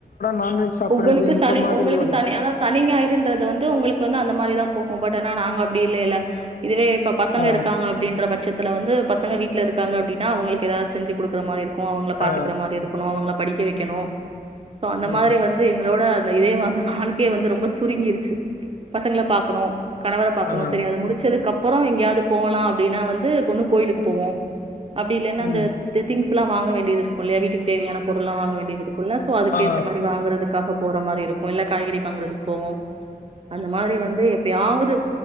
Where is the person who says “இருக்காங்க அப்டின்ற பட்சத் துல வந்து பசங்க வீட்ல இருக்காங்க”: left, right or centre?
Right